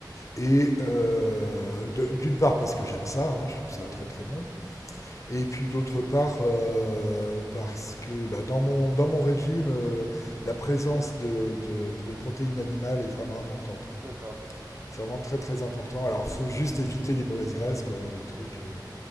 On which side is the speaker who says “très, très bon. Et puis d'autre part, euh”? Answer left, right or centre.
Left